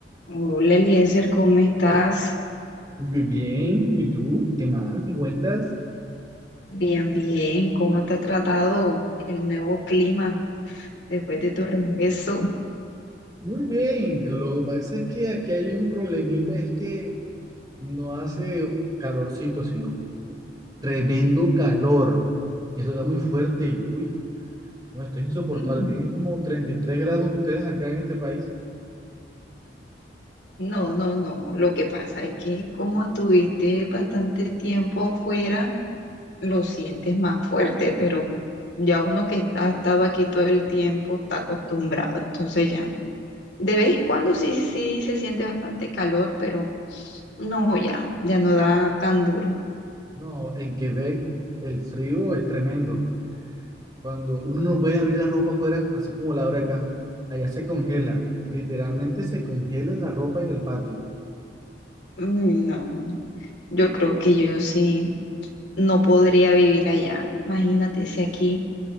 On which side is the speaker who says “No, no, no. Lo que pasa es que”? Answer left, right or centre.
Left